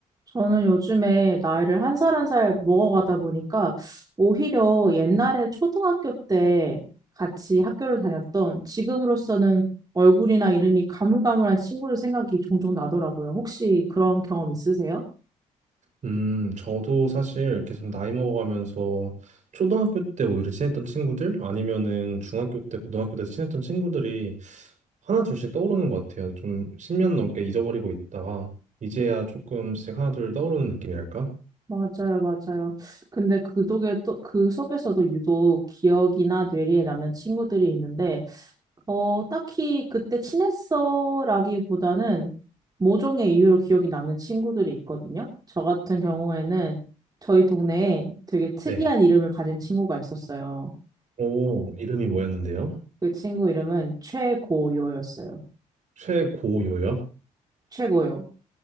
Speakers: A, on the right (about 25°); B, on the right (about 55°).
A: 저는 요즘에 나이를 한 살 한 살 먹어가다 보니까 오히려 옛날에 초등학교 때 같이 학교를 다녔던 지금으로서는 얼굴이나 이름이 가물가물한 친구들 생각이 종종 나더라고요. 혹시 그런 경험 있으세요?
B: 음, 저도 사실 계속 나이 먹어가면서 초등학교 때 오히려 친했던 친구들 아니면은 중학교 때, 고등학교 때 친했던 친구들이 하나 둘씩 떠오르는 것 같아요. 좀 10년 넘게 잊어버리고 있다가 이제야 조금씩 하나 둘 떠오르는 느낌이랄까?
A: 맞아요, 맞아요. 근데 그 독에 또, 그 속에서도 유독 기억이나 뇌리에 남는 친구들이 있는데 어, 딱히 그때 친했어라기보다는 모종의 이유로 기억이 남는 친구들이 있거든요. 저 같은 경우에는 저희 동네에 되게 특이한
B: 네.
A: 이름을 가진 친구가 있었어요.
B: 오, 이름이 뭐였는데요?
A: 그 친구 이름은 최고요였어요.
B: 최고요요?
A: 최고요.